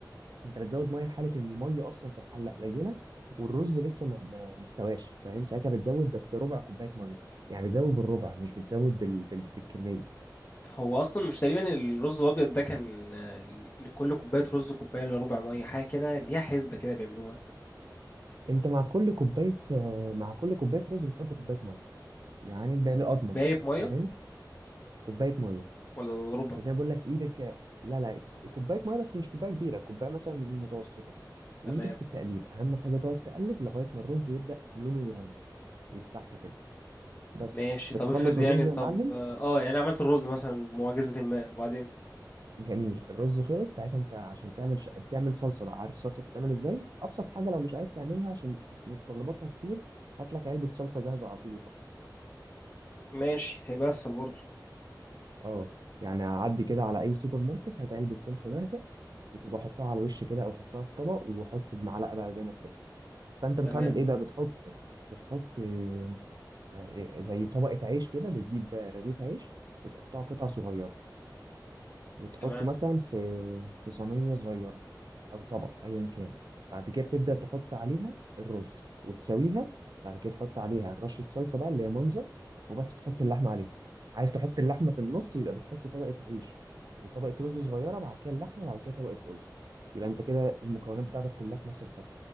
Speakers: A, on the right; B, on the left.
A: انت بتزود ميه في حاله ان الميه اصلا في الحله قليله والرز لسه ما ما ما استواش فاهم ساعتها بتزود بس ربع كوبايه ميه يعني بتزود بالربع مش بتزود بال... بال... بالكميه
B: هو اصلا مش تقريبا الرز الابيض ده كان آه، لكل كوبايه رز كوبايه الا ربع ميه حاجه كده ليها حسبه كده بيعملوها
A: انت مع كل كوبايه آه، مع كل كوبايه رز بتحط كوبايه ميه يعني بقى اضمن
B: باقي ميه
A: فاهم كوبايه ميه
B: ولا ربع
A: وزي ما بقول لك ايدك لا لا ك- كوبايه ميه بس مش كوبايه كبيره كوبايه مثلا متوسطه وايدك
B: تمام
A: في التقليب اهم حاجه تقعد تقلب لغايه ما الرز يبدا لونه يغير يفتح كده بس
B: ماشي
A: بتخلص
B: طب افرض يعني
A: الرز
B: طب
A: يا معلم
B: اه يعني أنا عملت الرز مثلا بمعجزة ما وبعدين
A: جميل الرز خلص ساعتها انت عشان تعمل ش... بتعمل صلصه بقى عارف الصلصه بتتعمل ازاي ابسط حاجه لو مش عايز تعملها عشان متطلباتها كتير هات لك علبه صلصه جاهزه على طول وخلاص
B: ماشي هيبقى اسهل برضه
A: اه يعني عدي كده على اي سوبر ماركت هات علبه صلصه جاهزه وتبقى حطها على الوش كده او حطها في طبق وحط بمعلقه بقى زي ما تحب فانت بتعمل
B: تمام
A: ايه بقى بتحط بتحط آه، آه، زي طبقه عيش كده بتجيب آه، رغيف عيش وتقطعه قطع صغيره وتحطه
B: تمام
A: مثلا في في صينيه صغيره او طبق ايا كان بعد كده بتبدا تحط عليها الرز وتسويها بعد كده تحط عليها رشه صلصه بقى اللي هي منظر وبس تحط اللحمه عليها عايز تحط اللحمه في النص يبقى بتحط طبقه عيش وطبقه رز صغيره بعد كده اللحمه بعد كده طبقه رز يبقى انت كده المكونات بتاعتك كلها في نفس الطبق